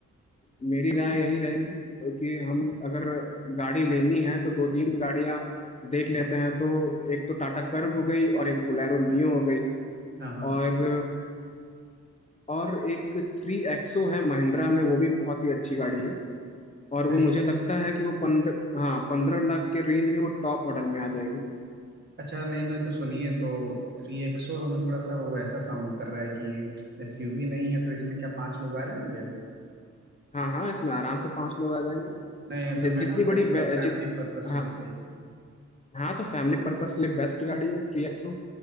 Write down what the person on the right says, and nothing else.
हाँ हाँ
थ्री
एक्स
अच्छा नहीं नहीं तो सुनिए तो थ्री एक्सो हमें थोड़ा सा वो ऐसा साउंड कर रहा है कि एसयूवी नहीं है तो इसमें क्या पांच लोग आ जाएंगे
नहीं असल
में ना
मैं थोड़ा
फैमिली
पर्पस
से भी चाहिए थी